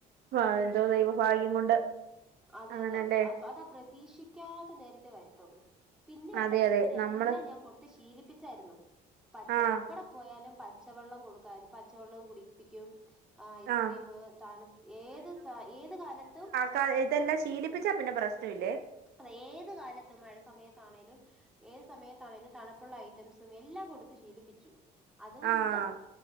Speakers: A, on the right (about 70°); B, in the centre.
A: ആ എന്തോ ദൈവഭാഗ്യം കൊണ്ട്
B: അതെ
A: അങ്ങനല്ലേ
B: അതെ അ അതാ പ്രതീക്ഷിക്കാത്ത നേരത്തെേ വരുത്തുള്ളൂ പിന്നെ ഇണ്ടല്ലോ
A: അതെ അതെ
B: ഇവന്
A: നമ്മള്
B: എല്ലാം ഞാൻ കൊടുത്ത് ശീലിപ്പിച്ചായിരുന്നു പച്ച
A: ആഹ്
B: എവിടെ പോയാലും പച്ചവെള്ളം കൊടുക്കാനും പച്ചവെള്ളം കുടിപ്പിക്കും ആ ഐസ്ക്രീമ്
A: ആഹ്
B: തണു ഏത് സ ഏത് കാലത്തും
A: ത ഇതെല്ലാം ശീലിപ്പിച്ചാ പിന്നെ പ്രശ്നല്ലേ
B: അത് ഏത് കാലത്തും മഴ സമയത്താണേലും ഏത് സമയത്താണേലും തണപ്പുള്ള ഐറ്റംസും എല്ലാം കൊടുത്ത് ശീലിപ്പിച്ചു അതുകൊണ്ട്
A: ആഹ്